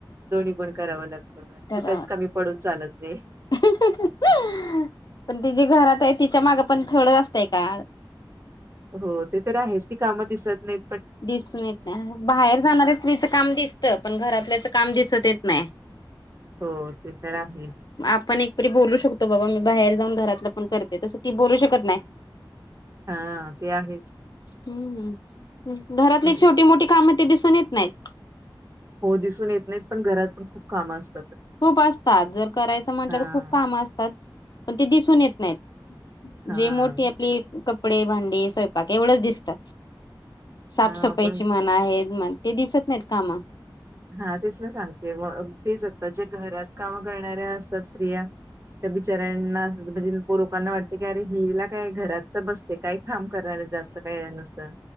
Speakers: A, on the right (about 35°); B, on the left (about 55°).
A: दोन्ही पण करावं लागतं कुठेच
B: तर
A: कमी पडून चालत नाही
B: पण ति जे घरात आहे तिच्या माग पण थोडं असतंय का
A: हो ते तर आहेच ती काम दिसत नाही
B: दिसून येत नाही बाहेर जाणाऱ्या
A: हा
B: स्त्रीचं काम दिसतं पण घरातल्याच काम दिसत येत नाही
A: हो ते तर आहे
B: आपण एकपरी बोलू शकतो बाबा मी बाहेर जाऊन घरातलं पण करते तसं ती बोलू शकत नाही
A: हा ते आहेच
B: हम्मम् घरातली
A: हम्म.
B: छोटी मोठी कामं ते दिसून येत नाहीत
A: हो दिसून येत नाहीत पण घरात पण खूप काम असत
B: खूप असतात जर करायचं म्हटलं
A: हा.
B: तर खूप काम असतात पण ते दिसून येत नाहीत
A: हा
B: जे मोठे आपले कपडे भांडे स्वयंपाक एवढच दिसतात साफसफाईची
A: हा पण
B: म्हन आहेत म ते दिसत नाहीत कामा
A: हा तेच ना सांगते मग तेच आत्ता जे घरात काम करणाऱ्या असतात स्त्रिया तर बिचाऱ्यांना म्हणजे लोकांना वाटते की अर हिला काय घरात तर बसत ते काही फाम करणार जास्त काय नुसतं